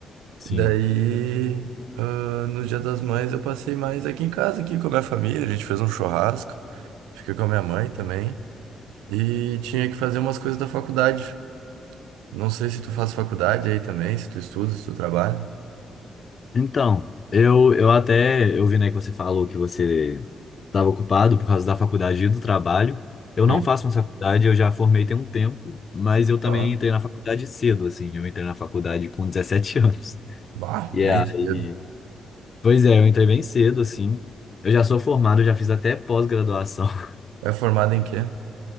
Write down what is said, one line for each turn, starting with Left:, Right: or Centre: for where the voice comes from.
Left: sim.
Right: Daí, ah, no dia das mães eu passei mais aqui em casa, aqui com a minha família, a gente fez um churrasco, fiquei com a minha mãe também, e tinha que fazer umas coisas da faculdade. Não sei se tu faz faculdade aí também, se tu estuda, se tu trabalha.
Left: Então, eu, eu até, eu vi, né, que você falou que você estava ocupado por causa da faculdade e do trabalho. Eu
Right: Sim.
Left: não faço uma faculdade, eu já formei tem um tempo, mas eu também
Right: Ah,
Left: entrei na faculdade cedo, assim. Eu entrei na faculdade com 17 anos.
Right: bah,
Left: E
Right: bem
Left: aí,
Right: cedo.
Left: Pois é, eu entrei bem cedo, assim. Eu já sou formado, já fiz até pós-graduação. <laughs>
Right: É formado em quê?